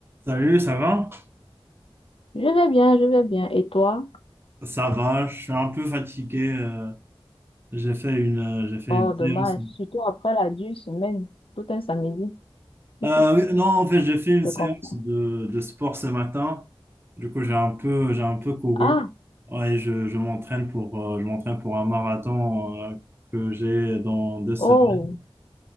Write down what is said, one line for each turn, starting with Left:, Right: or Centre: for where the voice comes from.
Right: Salut, ça va?
Left: Je vais bien, je vais bien. Et toi?
Right: Ça va, je suis un peu fatigué. euh, j'ai fait une, euh, j'ai fait
Left: Oh,
Right: une
Left: dommage.
Right: séance.
Left: Surtout après la dure semaine, tout un samedi. <laughs> Je
Right: Euh, oui, non, en fait, j'ai fait une
Left: te
Right: séance
Left: comprends.
Right: de, de sport ce matin. Du coup, j'ai un peu, j'ai un peu couru.
Left: Ah,
Right: Ouais, je, je m'entraîne pour, euh, je m'entraîne pour un marathon, euh, que j'ai dans deux semaines.
Left: oh,